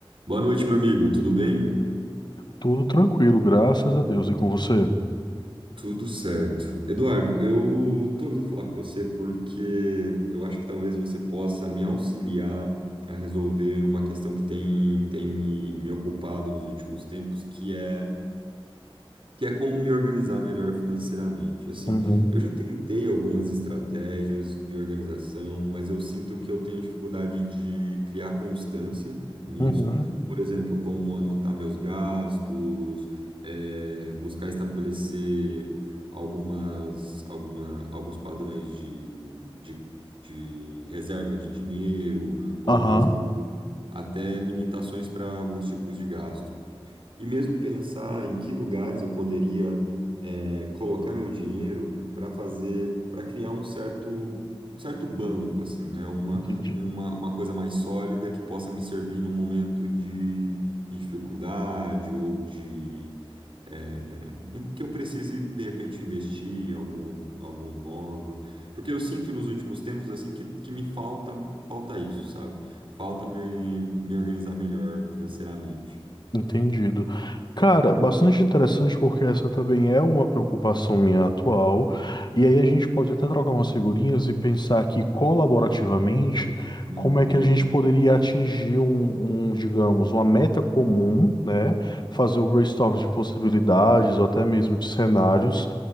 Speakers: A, on the right; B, on the left.
A: Boa noite, meu amigo. Tudo bem?
B: Tudo tranquilo, graças a Deus. E com você?
A: Tudo certo. Eduardo, eu tô vindo falar com você porque eu acho que talvez você possa me auxiliar a resolver uma questão que tem, tem me, me ocupado nos últimos tempos, que é que é como me organizar melhor financeiramente. Assim,
B: Uhum,
A: eu já tentei algumas estratégias de organização, mas eu sinto que eu tenho dificuldade de criar constância nisso.
B: uhum.
A: Por exemplo, como anotar meus gastos, eh, buscar estabelecer algumas, alguma, alguns padrões de, de, de reserva de dinheiro, ou
B: Aham,
A: mesmo até limitações para alguns tipos de gasto. E mesmo pensar em que lugares eu poderia eh, colocar meu dinheiro para fazer, para criar um certo, um certo banco, assim, né? Uma,
B: entendi.
A: uma, uma coisa mais sólida que possa me servir num momento de, de dificuldade ou de, eh, em que eu precise, de repente, investir em algum, algum imóvel. Porque eu sinto nos últimos tempos, assim, que, que me falta, falta isso, sabe? Falta me, me organizar melhor financeiramente.
B: Entendido. Cara, bastante interessante porque essa também é uma preocupação minha atual. E aí a gente pode até trocar umas figurinhas e pensar aqui colaborativamente
A: Uhum.
B: como é que a gente poderia atingir um, um, digamos, uma meta comum, né? Fazer um brainstorm de possibilidades ou até mesmo de cenários